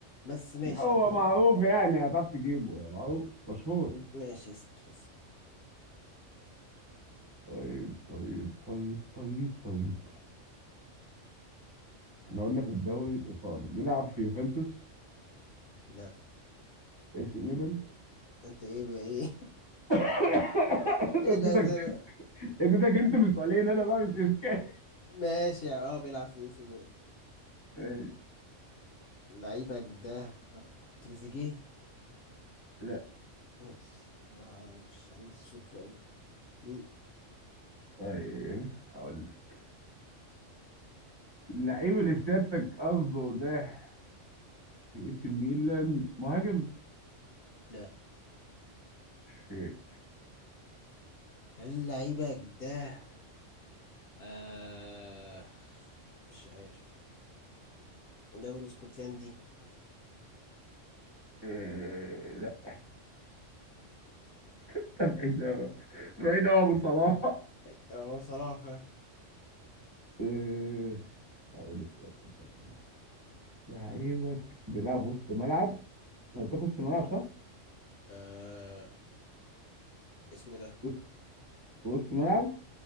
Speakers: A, on the left (about 60°); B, on the right (about 25°).
A: بس ماشي
B: هو
A: هنحاول
B: معروف يعني هتعرف تجيبه يعني معروف مشهور
A: ماشي اسأل اسأل
B: طيب طيب طيب طيب طيب احنا قلنا في الدوري الايطالي بيلعب في يوفنتوس
A: لا
B: اي سي ميلان
A: انت ايه بقى ايه
B: <laughs>
A: ايه
B: اديتك
A: الازرق
B: اديتك انت من سؤالين انا بقى مش اشكال
A: ماشي اه بيلعب في اي سي ميلان
B: ماشي.
A: لعيبك ده ولا- تريزيجيه
B: لا
A: ماشي ما مش عنديش فكرة أوي مم.
B: طيب هقول لك اللعيب اللي سيادتك قصده ده في اي سي ميلان مهاجم
A: لا
B: شيت
A: هل لعيبك ده آه مش عارف دوري اسكتلندي
B: آه، لا ده بعيد قوي بعيد قوي
A: اه
B: ابو صلاح
A: آه، بصراحة
B: إيه، اقول سيادتك أنا. لعيبك بيلعب وسط ملعب انا قلت لك وسط ملعب صح؟
A: آه اسمه ده
B: وسط وسط ملعب؟